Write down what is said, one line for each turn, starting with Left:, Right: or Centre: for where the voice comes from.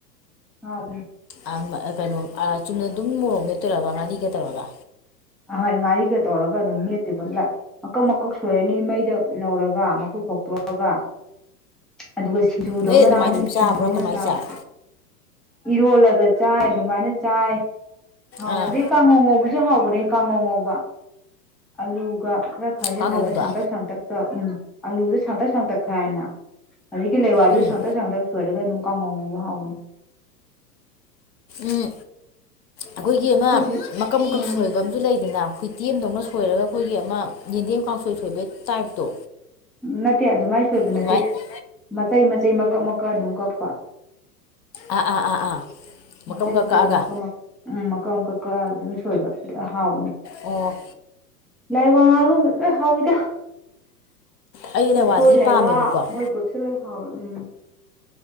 Centre: ꯍꯥ ꯑꯗꯨꯅꯤ
Left: ꯑ ꯀꯩꯅꯣ ꯑ ꯆꯨꯝꯅ ꯑꯗꯨꯝ ꯃꯣꯔꯣꯛ ꯃꯦꯠꯇꯣꯏꯔꯕ ꯉꯥꯔꯤꯒ ꯇꯧꯔꯒ
Centre: ꯍꯣꯏ ꯉꯔꯤꯒ ꯇꯧꯔꯒ ꯑꯗꯨꯝ ꯃꯦꯠꯇꯣꯏꯕ ꯃꯀꯛ ꯃꯀꯛ ꯁꯣꯏꯔꯅꯤ ꯃꯩꯗ ꯂꯧꯔꯒ ꯃꯀꯨ ꯈꯣꯛꯇꯣꯛꯑꯒ ꯑꯗꯨꯒ ꯁꯤꯡꯖꯨꯗꯧꯅ
Left: ꯅꯣꯏ ꯑꯗꯨꯃꯥꯏꯅ
Centre: ꯆꯥꯗꯣꯏ
Left: ꯑꯗꯨꯝ
Centre: ꯁꯤꯡꯖꯨꯗꯧꯅ
Left: ꯆꯥꯕ꯭ꯔꯥ ꯀꯃꯥꯏꯅ
Centre: ꯆꯥꯕ
Left: ꯆꯥꯏ
Centre: ꯏꯔꯣꯜꯂꯒ ꯆꯥꯏ ꯑꯗꯨꯃꯥꯏꯅ ꯆꯥꯏ ꯍꯥꯎꯕꯗꯤ
Left: ꯑꯥ
Centre: ꯀꯥꯡꯉꯧ ꯉꯧꯕꯁꯨ ꯍꯥꯎꯕꯅꯦ ꯀꯥꯡꯉꯧ ꯉꯧꯕ ꯑꯂꯨꯒ ꯈꯔ ꯈꯥꯏꯖꯤꯜꯂꯒ
Left: ꯀꯥꯡꯍꯧꯗꯣ
Centre: ꯁꯥꯡꯇꯛ ꯁꯥꯡꯇꯛꯇ ꯎꯝ ꯑꯥꯂꯨꯗꯨ ꯁꯥꯡꯇꯛ ꯁꯥꯡꯇꯛꯈꯥꯏꯔꯦꯅ ꯑꯗꯥꯒꯤ ꯂꯩꯋꯥꯗꯨ
Left: ꯎꯝ
Centre: ꯁꯥꯡꯇꯛ ꯁꯥꯡꯇꯛ ꯁꯣꯏꯔꯒ ꯑꯗꯨꯝ ꯀꯥꯡꯉꯧ ꯉꯧꯕ ꯍꯥꯎꯕꯅꯦ
Left: ꯎꯝ ꯑꯈꯣꯏꯒꯤ
Centre: ꯑꯩꯈꯣꯏꯗꯤ
Left: ꯑꯃ ꯃꯀꯛ ꯃꯀꯛ
Centre: ꯎꯝ
Left: ꯁꯣꯏ ꯕꯖꯨꯃ ꯂꯩꯗꯅ ꯍꯨꯏꯇꯦꯟꯗꯧꯅ ꯁꯣꯏꯔꯒ ꯑꯈꯣꯏꯒꯤ ꯑꯃ ꯌꯦꯟꯗꯦꯝ ꯀꯥꯡꯁꯣꯏ ꯁꯣꯏꯕꯩ ꯇꯥꯏꯞꯇꯣ
Centre: ꯅꯠꯇꯦ ꯑꯗꯨꯃꯥꯏꯅ ꯁꯣꯏꯕ
Left: ꯑꯗꯨꯃꯥꯏꯅ
Centre: ꯅꯠꯇꯦ ꯃꯆꯩ ꯃꯆꯩ ꯃꯀꯛ ꯃꯀꯛ ꯑꯗꯨꯝ ꯀꯛꯄ
Left: ꯑꯥ ꯑꯥ ꯑꯥ ꯑꯥ ꯃꯀꯛ
Centre: ꯃꯆꯩ
Left: ꯃꯀꯛ
Centre: ꯃꯆꯩ
Left: ꯀꯛꯑꯒ
Centre: ꯑꯗꯨꯝ ꯃꯀꯛ ꯎꯝ ꯃꯀꯛ ꯃꯀꯛ ꯀꯛꯑꯒ ꯑꯗꯨꯝ ꯁꯣꯏꯕ ꯑꯗꯨ ꯍꯥꯎꯕꯅꯦ
Left: ꯑꯣ
Centre: ꯂꯩꯋꯥꯕꯨꯕ ꯂꯣꯏ ꯍꯥꯎꯋꯤꯗ
Left: ꯑꯩ ꯂꯩꯋꯥꯗꯤ
Centre: ꯎꯁꯣꯏ ꯂꯥꯏꯋꯥ
Left: ꯄꯥꯝꯃꯦꯕꯀꯣ
Centre: ꯃꯣꯏ ꯒ꯭ꯔꯨꯞꯁꯦ ꯂꯣꯏ ꯍꯥꯎꯋꯦ ꯎꯝ